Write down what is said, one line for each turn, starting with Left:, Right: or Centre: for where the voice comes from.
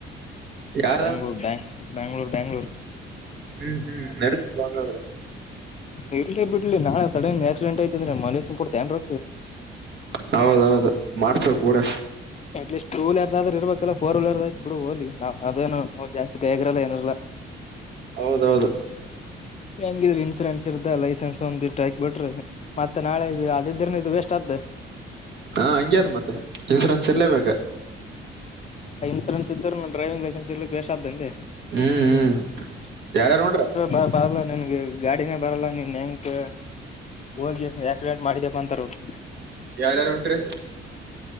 Right: ಯಾರ
Left: ಬೆಂಗ್ಳೂರ್ ಬ ಬ್ಯಾಂಗ್ಳೂರ್ ಬೆಂಗ್ಳೂರ್.
Right: ಹ್ಮ್ ಹ್ಮ್ ನಡೀತದ ಹಂಗಾದ್ರ.
Left: ಇರ್ಲಿ ಬಿಡ್ಲಿ ನಾಳ ಸಡನ್ ಆಕ್ಸಿಡೆಂಟ್ ಐತಂದ್ರ ಮಾಲಿಶ್ ಮ್ಯಾನ್ ಕೊಡ್ತಿ ಏನ್ ರೋ
Right: ಹೌದೌದ ಮಾಡ್ಸಬೇಕ್ ಬಿಡ.
Left: ಅಟ್ಲೀಸ್ಟ ಟು ವೀಲರ್ ಆದರ್ ಇರಬೇಕಲ್ಲ ಫೋರ್ ವೀಲರ್ ಐತ್ ಹೋಗ್ಲಿ. ಅದೇನೋ ಅವ ಜಾಸ್ತಿ ಕೈಯಾಗಿರಲ್ಲ ಏನಿರಲ್ಲಾ.
Right: ಹೌದೌದ.
Left: ಹೆಂಗಿದ್ರ ಇನ್ಸೂರೆನ್ಸ್ ಇರ್ದ ಲೈಸೆನ್ಸ್ ಒಂದ್ ಇಟ್ಟ ಹಾಕ್ ಬಿಟ್ರ. ಮತ್ತ ನಾಳೆ ಇದು ಅದ ಇದ್ರನ ಇದ ವೇಸ್ಟ್ ಆತ್ತದ.
Right: ಹಾ ಹಂಗೆ ಅದ ಮತ್ತ ಇನ್ಸೂರೆನ್ಸ್ ಇರ್ಲೇಬೇಕ.
Left: ಇನ್ಶೂರೆನ್ಸ್ ಇದ್ರನ್ ಡ್ರೈವಿಂಗ್ ಲೈಸೆನ್ಸ್ ಇರ್ಲಿಕ್ ವೇಸ್ಟ್ ಆತದ ಅಂದೆ.
Right: ಹ್ಮ್ ಹ್ಮ್ ಯಾರ್ಯಾರು ಹೊಂಟ್ರ
Left: ಬಾ ಬಾರ್ಲ ನಿನಗೆ ಗಾಡಿನೇ ಬರಲ್ಲ ನೀನ್ ಹೆಂಕ್. ಹೋಗಿ ಗೆಸಿಂದ ಆಕ್ಸಿಡೆಂಟ್ ಮಾಡಿದಪ್ಪ ಅಂತಾರ ಅವರು.
Right: ಯಾರ್ಯಾರು ಹೊಂಟ್ರಿ